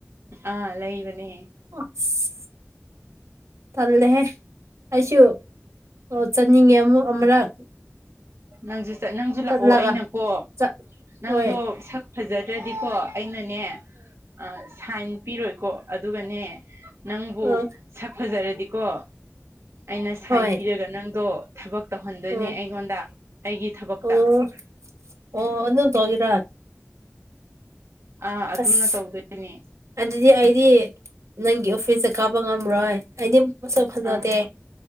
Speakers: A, on the right; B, on the right.
A: ꯑꯥ ꯂꯩꯕꯅꯦ
B: ꯑꯣꯠꯁ ꯇꯜꯂꯦꯍꯦ ꯑꯩꯁꯨ ꯑꯣ ꯆꯠꯅꯤꯡꯉꯦ ꯑꯃꯨꯛ ꯑꯃꯔꯛ
A: ꯅꯪꯖꯨ ꯆꯠ ꯅꯪꯖꯨ
B: ꯆꯠꯂꯒ
A: ꯂꯥꯛꯑꯣ ꯑꯩꯅꯀꯣ
B: ꯆꯠ
A: ꯅꯪꯗꯣ
B: ꯍꯣꯏ
A: ꯁꯛ__ ꯐꯖꯗ꯭ꯔꯗꯤꯀꯣ ꯑꯩꯅꯅꯦ ꯑ ꯁꯥꯏꯟ ꯄꯤꯔꯣꯏꯀꯣ ꯑꯗꯨꯒꯅꯦ ꯅꯪꯕꯨ
B: ꯑ
A: ꯁꯛ ꯐꯖꯔꯗꯤꯀꯣ ꯑꯩꯅ ꯁꯥꯏꯟ
B: ꯍꯣꯏ
A: ꯄꯤꯔꯒ ꯅꯪꯗꯣ ꯊꯕꯛ ꯇꯧꯍꯟꯗꯣꯏꯅꯦ
B: ꯎꯝ
A: ꯑꯩꯉꯣꯟꯗ ꯑꯩꯒꯤ ꯊꯕꯛꯇ
B: ꯑꯣ ꯑꯣ ꯑꯗꯨꯝ ꯇꯧꯒꯦꯔꯥ
A: ꯑꯥ ꯑꯗꯨꯝꯅ
B: ꯑꯁ
A: ꯇꯧꯗꯣꯏꯅꯦ
B: ꯑꯗꯨꯗꯤ ꯑꯩꯗꯤ ꯅꯪꯒꯤ ꯑꯣꯐꯤꯁꯇ ꯀꯥꯕ ꯉꯝꯔꯣꯏ ꯑꯩꯗꯤ ꯃꯁꯛ ꯐꯥꯖꯗꯦ
A: ꯑꯥ